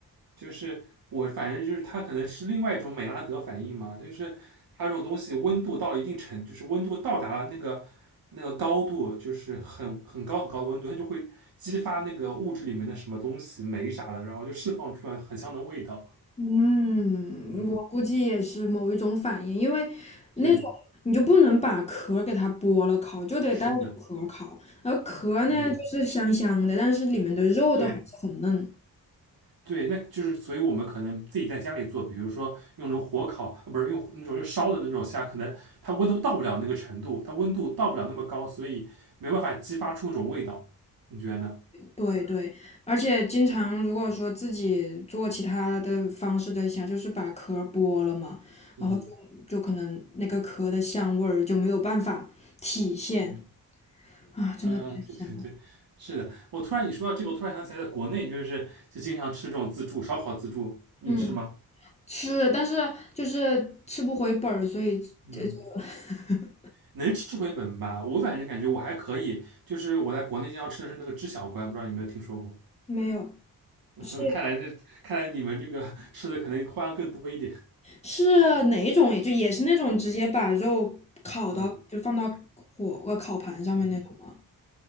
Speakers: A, on the right; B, on the left.
A: 就是我反正就是它可能是另外一种美拉德反应嘛，就是它这种东西温度到了一定程，就是温度到达了那个那个高度，就是很很高很高的温度，它就会激发那个物质里面的什么东西酶啥的，然后就释放出来很香的味道。
B: 嗯，
A: 嗯，
B: 我估计也是某一种反应，因为那种你就不能把壳儿给它剥了烤，
A: 对，
B: 就得带着壳儿烤。
A: 是的，
B: 而壳儿呢，
A: 嗯，
B: 就是香香的，但是里面的肉都还是很嫩。
A: 对。对，那就是所以我们可能自己在家里做，比如说用那种火烤，呃不是用那种就烧的那种虾，可能它温度到不了那个程度，它温度到不了那么高，所以没办法激发出那种味道。你觉得呢？
B: 对对，而且经常如果说自己做其他的方式的虾，就是把壳儿剥了嘛，
A: 嗯
B: 然后就就可能那个壳的香味儿就没有办法体现
A: 嗯
B: 啊，真的太香了。
A: 嗯嗯，对对对，是的。我突然你说到这个，我突然想起来，在国内就是就经常吃这种自助烧烤自助，你吃吗？
B: 嗯。吃，但是就是吃不回本儿，所以就就
A: 嗯，
B: <laughs>
A: 能吃回本吧？我反正感觉我还可以，就是我在国内经常吃的是那个知小关，不知道你有没有听说过？
B: 没有。
A: <laughs>
B: 是
A: 嗯看来这看来你们这个吃的可能花样更多一点。
B: 是哪一种？也就也是那种直接把肉烤到，
A: 嗯
B: 就放到火呃烤盘上面那种吗？
A: 嗯